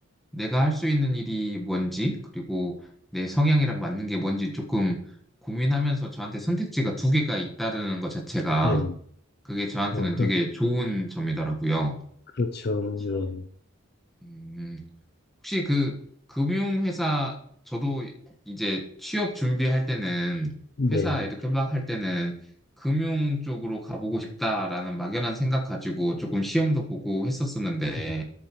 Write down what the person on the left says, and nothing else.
네.
어, 그,
그렇죠.
예.
네.
음,